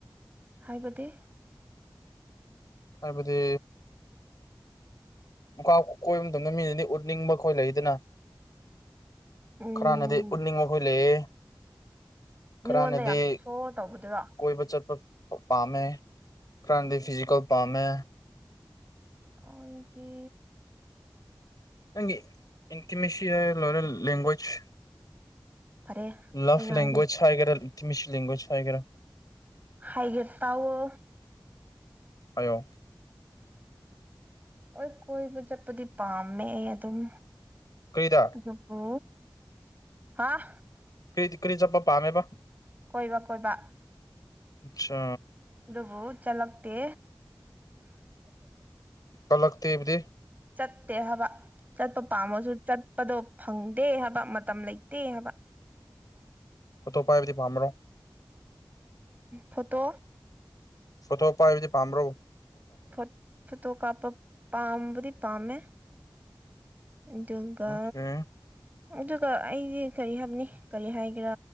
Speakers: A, on the right; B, on the left.
A: ꯍꯥꯏꯕꯗꯤ
B: ꯍꯥꯏꯕꯗꯤ ꯃꯀꯥ ꯀꯣꯏꯕ ꯃꯇꯝꯗ ꯃꯤꯗꯨꯗꯤ ꯎꯠꯅꯤꯡꯕ ꯈꯣꯏ ꯂꯩꯗꯅ
A: ꯎꯝ
B: ꯈꯔꯅꯗꯤ ꯎꯅꯤꯡ ꯃꯈꯈꯣꯏ ꯂꯩꯌꯦ
A: ꯃꯤꯉꯣꯟꯗ
B: ꯈꯔꯅꯗꯤ
A: ꯌꯥꯝ ꯁꯣ ꯇꯧꯕꯗꯨꯔꯣ
B: ꯀꯣꯏꯕ ꯆꯠꯄ ꯄꯥꯝꯃꯦ ꯈꯔꯗꯤ ꯐꯤꯖꯤꯀꯦꯜ ꯄꯥꯝꯃꯦ
A: ꯑ ꯏꯗꯤ
B: ꯅꯪꯒꯤ ꯏꯟꯇꯤꯃꯦꯁꯤꯌꯥ ꯂꯣꯏꯅꯦꯜ ꯂꯦꯡꯒ꯭ꯋꯦꯖ
A: ꯐꯔꯦ
B: ꯂꯐ
A: ꯑꯩ ꯉꯥꯡꯒꯦ
B: ꯂꯦꯡꯒ꯭ꯋꯦꯖ ꯍꯥꯏꯒꯦꯔꯇꯤꯃꯤꯁꯤ ꯂꯦꯡꯒ꯭ꯋꯦꯖ ꯍꯥꯏꯒꯦꯔꯥ
A: ꯍꯥꯏꯒꯦ ꯇꯥꯎꯑꯣ
B: ꯑꯣ
A: ꯍꯣꯏ ꯀꯣꯏꯕ ꯆꯠꯄꯗꯤ ꯄꯥꯝꯃꯦ ꯑꯩ ꯑꯗꯨꯝ
B: ꯀꯔꯤꯗ
A: ꯑꯗꯨꯕꯨ ꯍꯥꯥ
B: ꯀꯗꯤ ꯀ ꯆꯞꯄ ꯄꯥꯝꯃꯦ ꯄ
A: ꯀꯣꯏꯕ ꯀꯣꯏꯕ
B: ꯑꯆꯥ
A: ꯑꯗꯨꯕꯨ ꯆꯠꯂꯛꯇꯦ
B: ꯀꯂꯛ ꯇꯕꯗꯤ
A: ꯆꯠꯇꯦ ꯍꯥꯏꯕ ꯆꯠꯄ ꯄꯥꯝꯃꯁꯨ ꯆꯠ ꯆꯄꯗꯣ ꯐꯪꯗꯦ ꯍꯥꯏꯕ ꯃꯇꯝ ꯂꯩꯇꯦ ꯍꯥꯏꯕ
B: ꯐ ꯇꯣ ꯄꯥꯏꯕꯗꯤ ꯐꯥꯃꯔꯣ
A: ꯐꯣꯇꯣ
B: ꯁꯣꯊꯣ ꯎꯄꯥꯏ ꯄꯥꯝꯔꯣ
A: ꯐ ꯐꯇꯣ ꯀꯄ ꯄꯥꯝꯕꯗꯤ ꯄꯥꯝꯃꯦ ꯑꯗꯨꯒꯗꯨꯒꯥ
B: ꯑꯣꯀꯦ
A: ꯑꯗꯨꯒ ꯑꯩꯗꯤ ꯀꯔꯤ ꯍꯥꯏꯅꯤꯡ ꯀꯔꯤ ꯍꯥꯏꯒꯦꯔꯥ